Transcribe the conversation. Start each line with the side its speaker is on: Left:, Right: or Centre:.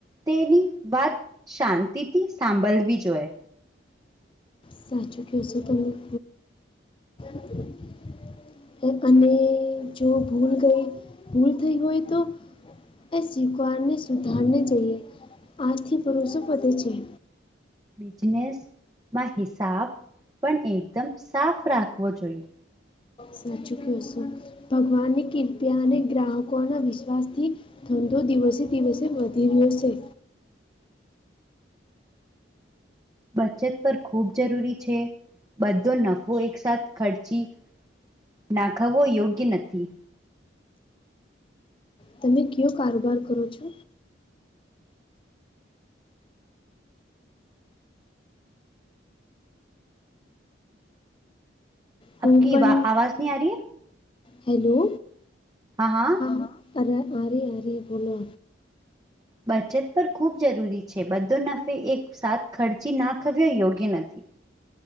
Right: -તેની વાત શાંતિથી સાંભળવી જોઈએ.
Left: સાચું કહો છો, તમે- - <inaudible> અને જો, ભૂલ ગઈ ભૂલ થઈ હોય, તો- એ શીખવાને, સુધારને જઈએ આથી પરુષો પતેે છે-
Right: બિઝનેસમાં, હિસાબ પણ એકદમ સાફ રાખવો જોઈએ-
Left: સાચું ક છું, ભગવાનની કૃપા ને ગ્રાહકો ના વિશ્વાસ થી- ધંધો દિવસે દિવસે વધી રહ્યો છે.
Right: બચત પર ખૂબ જરૂરી છે, બધો નફો એકસાથ ખર્ચી- -નાખવવો યોગ્ય નથી.
Left: તમે, કેવો કારોબાર કરો છો? હું
Right: આપકી
Left: પણ,
Right: વા નહીં આ રહી
Left: હેલો-
Right: હા, હા.
Left: હા હા અરે આયી આરી બોલો
Right: બચત પર ખૂબ જરૂરી છે બધો નફો એક સાથ ખર્ચી નાખવ્યો યોગ્ય નથી